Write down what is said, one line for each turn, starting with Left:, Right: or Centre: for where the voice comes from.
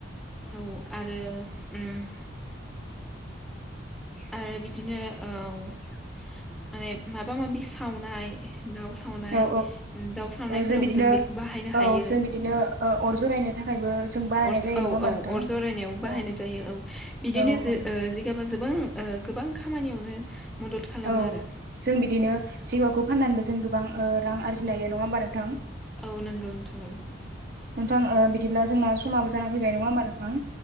Centre: औ आरो उम आरो बिदिनो ओ माने मा माबा माबि सावनाय दाउ सावनाय
Right: औ
Centre: दाउ सावनायफोरावबो
Right: औ बिदिनो
Centre: जों बेखौ बाहायनो
Right: औ
Centre: हायो।
Right: जों बिदिनो ओ अर जरायनो थाखायबो जों बानायनाय
Centre: अर
Right: जायो
Centre: औ
Right: नङा होमबा
Centre: औ
Right: नोंथां?
Centre: अर जरायनायाव बाहायनाय
Right: औ
Centre: जायो औ बिदिनो
Right: औ
Centre: जो
Right: ओं
Centre: ओ जिगाबा जोबां ओ गोबां खामानियावनो मदद खालामो
Right: औ
Centre: आरो
Right: जों बिदिनो सिगाबखौ फाननानैबो जों गोबां रां आरजिनो हायो नङा होमबा नोंथां
Centre: औ नंगौ नोंथां औ
Right: नोंथां बिदिब्ला जोंना समाबो जाना फैबाय नङा होमबा नोंथां